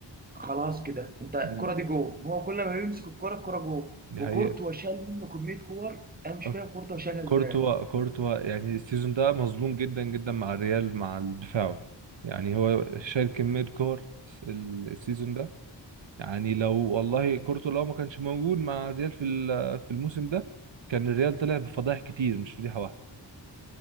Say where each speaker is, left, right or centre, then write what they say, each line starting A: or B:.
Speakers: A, on the right; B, on the right.
A: خلاص كده انت الكره
B: امم
A: دي جول هو كل ما بيمسك الكره الكره جول
B: دي
A: وكورتوا
B: حقيقة
A: شال منه كميه كور انا مش
B: آه،
A: فاهم كورتوا شالها
B: كورتوا
A: ازاي
B: كورتوا يعني السيزون ده مظلوم جدا جدا مع الريال مع دفاعه يعني هو شال كمية كور ال- السيزون ده يعني لو والله كورتوا لو ما كانش موجود مع الريال في ال- في الموسم ده كان الريال طلع بفضائح كتير مش فضيحة واحدة